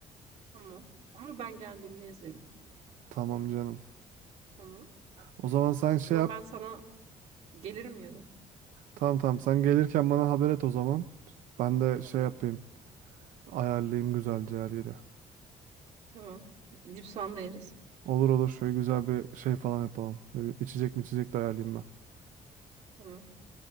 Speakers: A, on the right; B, on the right.
A: Tamam. Ama ben geldiğimde izleyelim.
B: Tamam canım.
A: Tamam.
B: O zaman sen şey
A: O zaman
B: yap.
A: ben sana gelirim yarın.
B: Tamam tamam sen gelirken bana haber et o zaman. Ben de
A: Tamam.
B: şey yapayım. Ayarlayayım güzelce her yeri.
A: Tamam. Dip soğan da yeriz.
B: Olur olur şöyle güzel bir şey falan yapalım. Ne bileyim, İçecek mi içecek de ayarlayayım ben.
A: Tamam.